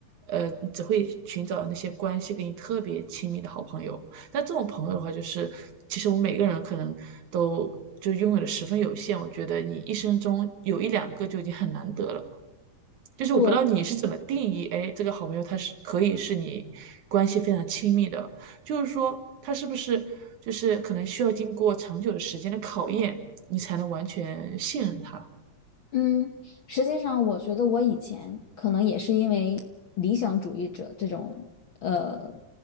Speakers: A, on the right; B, on the left.
A: 呃，你只会寻找那些关系跟你特别亲密的好朋友。但这种朋友的话，就是其实我们每个人可能都就拥有的十分有限。我觉得你一生中有一两个就已经很难得了。就是我不知道你是怎么定义，
B: 对，
A: 哎，这个好朋友他是可以是你关系非常亲密的，就是说他是不是就是可能需要经过长久的时间的考验，你才能完全信任他。
B: 嗯，实际上，我觉得我以前可能也是因为理想主义者这种呃